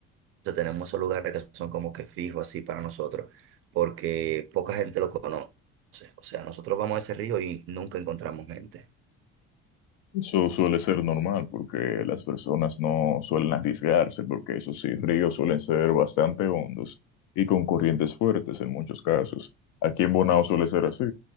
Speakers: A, on the right (about 50°); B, on the left (about 85°).
A: sea, tenemos esos lugares que son como que fijos así para nosotros, porque poca gente lo conoce. O sea, nosotros vamos a ese río y nunca encontramos gente.
B: Eso suele ser normal porque las personas no suelen arriesgarse porque esos sí, ríos suelen ser bastante hondos y con corrientes fuertes en muchos casos. Aquí en Bonao suele ser así,